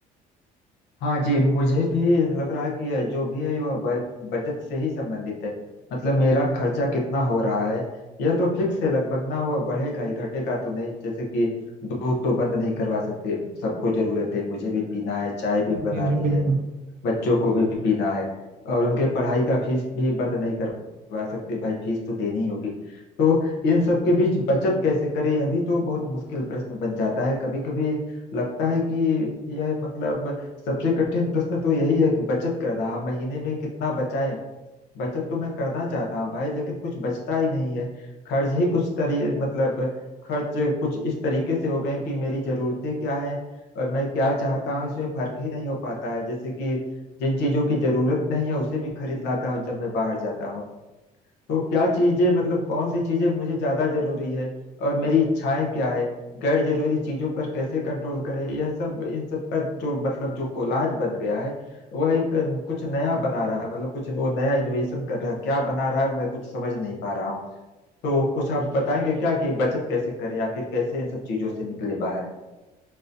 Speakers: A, on the left; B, on the right.
A: हाँ जी मुझे भी लग रहा है कि यह जो भी है वह ब- बचत से ही संबंधित है मतलब मेरा खर्चा कितना हो रहा है यह तो फिक्स है लगभग ना वह बढ़ेगा ही घटेगा तो नहीं जैसे कि दूध तो बंद नहीं करवा सकते सबको जरूरत है मुझे भी पीना है चाय भी बनानी
B: जी जी बिल्कुल
A: है बच्चों को भी पीना है और उनके पढ़ाई का फीस भी बंद नहीं करवा सकते भाई फीस तो देनी ही होगी तो इन सब के बीच बचत कैसे करें यह भी तो बहुत मुश्किल प्रश्न बन जाता है कभी कभी लगता है कि यह मतलब सबसे कठिन प्रश्न तो यही है कि बचत करना हम महीने में कितना बचाएं बचत तो मैं करना चाहता हूँ भाई लेकिन कुछ बचता ही नहीं है खर्च ही कुछ तरी मतलब खर्च कुछ इस तरीके से हो गए कि मेरी जरूरतें क्या है और मैं क्या चाहता हूँ इसमें फर्क ही नहीं हो पाता है जैसे कि जिन चीजों की जरूरत नहीं है उसे भी खरीद लाता हूँ जब मैं बाहर जाता हूँ तो क्या चीजें मतलब कौन सी चीजें मुझे ज्यादा जरूरी है और मेरी इच्छाएं क्या है गैर जरूरी चीजों पर कैसे कंट्रोल करें यह सब इन सब का जो मतलब जो कोलाज बन गया है वह एक कुछ नया बना रहा है मतलब कुछ वो नया इनोवेशन कर रहा है क्या बना रहा है मैं कुछ समझ नहीं पा रहा हूँ तो कुछ आप बताएंगे क्या कि बचत कैसे करें आखिर कैसे इन सब चीजों से निकले बाहर